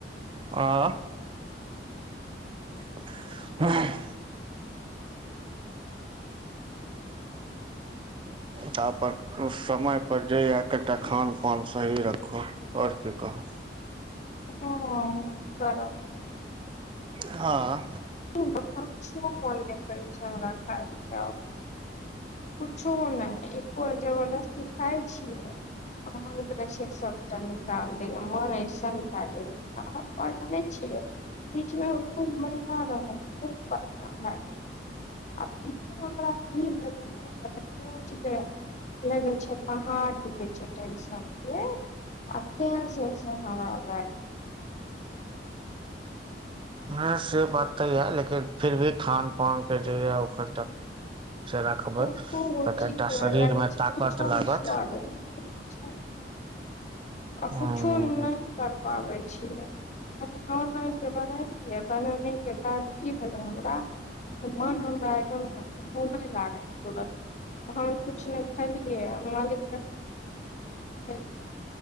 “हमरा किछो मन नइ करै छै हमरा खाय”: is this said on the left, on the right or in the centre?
Left